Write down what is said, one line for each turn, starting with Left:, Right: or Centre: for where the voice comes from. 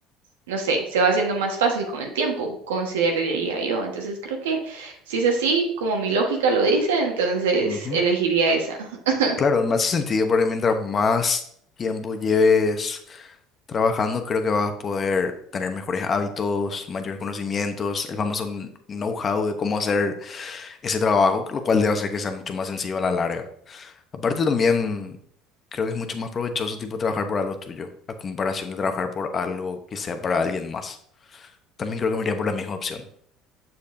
Right: no sé, se va haciendo más fácil con el tiempo, consideraría yo. Entonces creo que si es así, como mi lógica lo dice, entonces
Left: Ujú.
Right: elegiría esa. <laughs>
Left: Claro, me hace sentido porque mientras más tiempo lleves trabajando, creo que vas a poder tener mejores hábitos, mayores conocimientos, el famoso kn- know-how de cómo hacer ese trabajo, lo cual debe hacer que sea mucho más sencillo a la larga. Aparte también creo que es mucho más provechoso tipo trabajar por algo tuyo, a comparación de trabajar por algo que sea para alguien más. También creo que me iría por la misma opción,